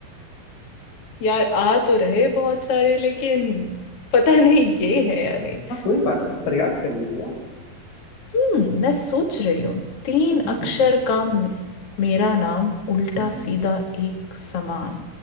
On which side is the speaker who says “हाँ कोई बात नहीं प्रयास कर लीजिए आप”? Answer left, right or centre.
Left